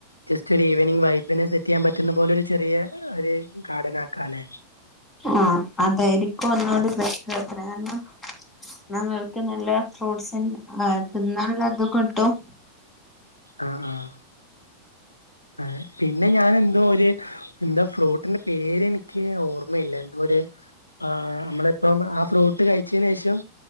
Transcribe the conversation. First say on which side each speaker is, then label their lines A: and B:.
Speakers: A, on the left; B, on the left.
A: ജസ്റ്റൊരു ഈവനിംഗ് വൈബിന് സെറ്റ് ചെയ്യാൻ പറ്റുന്ന പോലൊരു ചെറിയ ഒരു ഗാർഡനാക്കാല്ലെ
B: അ ആഹ് അതായിരിക്കു ഒന്നൂടി ബെറ്റ്റ് <unintelligible> ന്നാ ങ്ങൾക്ക് നല്ല ഫ്രൂട്സ്ൻ എ ത്‌ന്നാൻ ള്ളതും കിട്ടും
A: ആഹ് ആഹ് ആഹ് പിന്നെ ഞാൻ എന്തോ ഒരു എന്താ ഫ്രൂട്ടിന്റെ പേര് എനിക്ക് ഓർമ്മയില്ല എന്തോ രു ആഹ് നമ്മളിപ്പം ആഹ് ഫ്രൂട്ട് കഴിച്ചതിന് ശേഷം